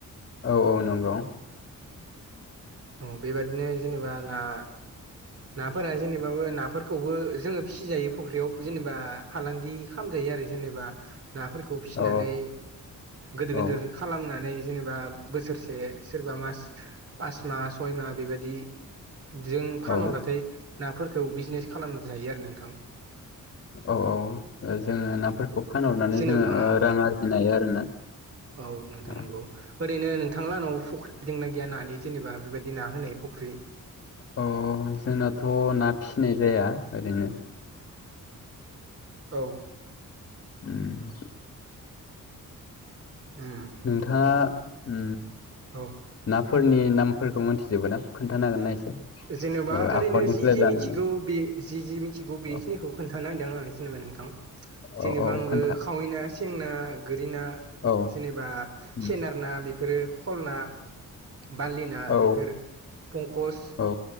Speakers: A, on the left; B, on the right.
A: औ औ नंगौ
B: औ बेबायदिनो जेनेबा आंना नाफोरा जेनेबाबो नाफोरखौबो जोङो फिसिजायो फख्रियाव जेनेबा फालांगि खालामजायो आरो जेनेबा नाफोरखौ फिसिनानै
A: औ
B: गोदिर गोदिर
A: औ
B: खालामनानै जेनेबा बोसोरसे सोरबा मास पास माह सय माह बेबायाददि बिजों फानहरब्लाथाय
A: औ
B: नाफोरखौ बिजनेस खालामजायो आरो नोंथां
A: औ औ जोंङो नाफोर खौ फानहरनानै
B: जेन'बा
A: जोङो
B: औ
A: रां आरजिनो हायो आरोना
B: औ नोंथां
A: अ
B: नंगौ ओरैनो नोंथांला नानावबो फुख्रि दंना गैया नानि जेनेबा बेबायदि ना होनाय फुख्रि
A: अ जोंनाथ' ना फिसिनाय जाया ओरैनो
B: औ
A: उम
B: उम
A: नोंथाङा ओ
B: औ
A: नाफोरनि नामफोरखौ मोनथिजोबो ना खोन्थानो हागोन ना एसे?
B: जेनेबा
A: ओ
B: ओरैनो
A: आखरनिफ्राय
B: जि जि
A: लानानै
B: मिथिगौ बे जि जि मिथिगौ बेखिनिखौ
A: औ
B: खोनथानो नागिरदों आं जेनेबा नोंथां जेनेबा
A: औ औ
B: आंबो
A: खोन्था
B: खावैना सें ना गोरि ना
A: औ
B: जेनेबा
A: उम
B: सेनार ना बेफोरो खल ना बारलिना
A: औ
B: बेफोर फंकस
A: औ